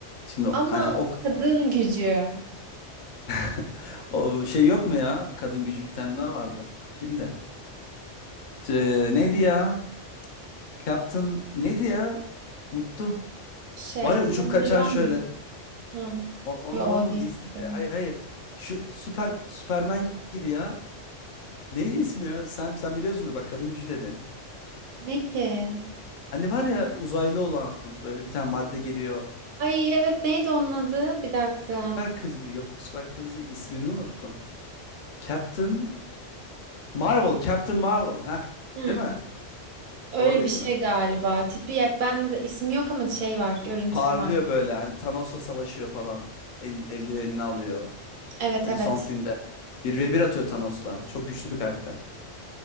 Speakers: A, on the left; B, on the right.
A: Şimdi
B: Ama
A: hani o
B: kadın gücü
A: <laughs> o şey yok mu ya? Kadın gücü bir tane daha vardı. Kimdi? Ee, neydi ya? Captain neydi ya? Unuttum.
B: şey
A: Var ya uçup
B: Wonder
A: kaçan
B: Woman.
A: şöyle
B: Ha.
A: Wo- Wonder
B: Yo
A: Woman
B: o DC'deyim.
A: DC'de. Hayır hayır. Şu süper Superman gibi ya. Neydi ismi ya? Sen sen biliyorsundur bak kadın gücü de demiş.
B: Ne ki?
A: Hani var ya uzaylı olan böyle bir tane madde geliyor.
B: Ay evet neydi onun adı? Bir dakika.
A: Süper kız mı? Yok süper kız değil. İsmini unuttum. Captain Marvel. Captain Marvel. Ha,
B: Hmm.
A: değil mi?
B: Öyle
A: Doğru değil
B: bir şey
A: mi?
B: galiba. Tipi ya, bende de ismi yok ama şey var, görüntüsü
A: Parlıyor
B: var.
A: böyle hani Thanos'la savaşıyor falan. El, eldivenini alıyor.
B: Evet
A: Hani
B: evet.
A: son filmde bir ve bir atıyor Thanos'la. Çok güçlü bir karakter.